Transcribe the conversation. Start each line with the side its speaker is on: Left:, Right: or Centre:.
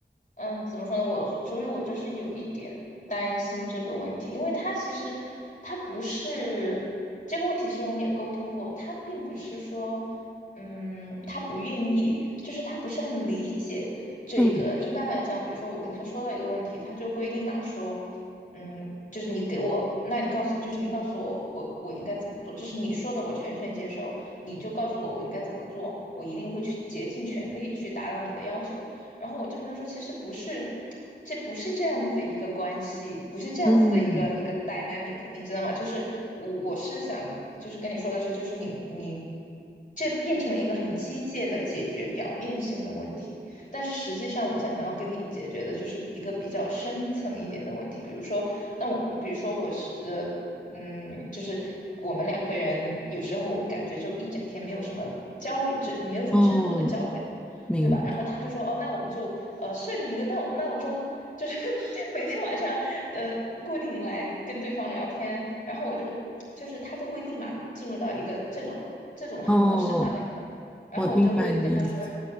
Left: 嗯，怎么说呢？我所以，我就是有一点担心这个问题，因为他其实他不是这个问题，是我们也沟通过，他并不是说，嗯，他不愿意，就是他不是很理解这一个。
Centre: 嗯
Left: 一般来讲，比如说我跟他说到一个问题，他就会立马说，嗯，就是你给我，那你告诉，就是你告诉我，我我应该怎么做，就是你说的，我全权接受。你就告诉我我应该怎么做，我一定会去竭尽全力去达到你的要求。然后我就跟他说，其实不是，这不是这样子的一个关系，不是这样子的一个一个
Centre: 嗯
Left: dynamic，你知道吗？就是我我是想，就是跟你说的是，就是你你这变成了一个很机械的解决表面性的问题，但是实际上我想要跟你解决的就是一个比较深层一点的问题，比如说，那我比如说我是呃。嗯，就是我们两个人有时候我会感觉就一整天没有什么交流，就没有什么深度的交流，
Centre: 嗯，明白。
Left: 对吧？然后他就说，哦，那我们就呃设定一个闹闹钟，就是 <laughs> 每天晚上呃固定来跟对方聊天，然后我就就是他就会立马进入到一个这种这种很模式化的一个，
Centre: 哦，
Left: 然后我就会跟他说。
Centre: 我明白你的意思。